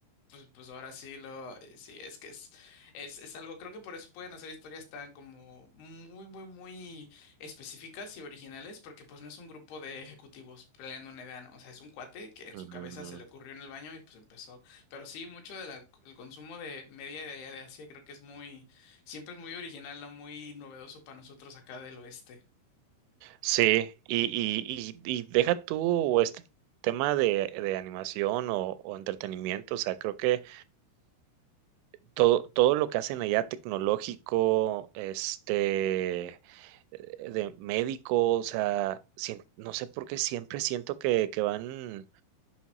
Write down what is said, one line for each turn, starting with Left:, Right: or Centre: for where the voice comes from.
Left: Pues, pues ahora sí lo, eh, sí, es que es, es, es algo, creo que por eso pueden hacer historias tan como muy, muy, muy específicas y originales, porque pues no es un grupo de ejecutivos peleando una idea, ¿no? O sea, es un cuate que en
Right: Mm,
Left: su cabeza se le ocurrió en el baño y pues empezó. Pero sí, mucho del consumo de media de allá de Asia creo que es muy, siempre es muy original, ¿no? Muy novedoso para nosotros acá del oeste.
Right: sí, y y y y deja tú este tema de de animación o o entretenimiento, o sea, creo que todo, todo lo que hacen allá tecnológico, este, eh, de médico, o sea, sien- no sé por qué siempre siento que, que van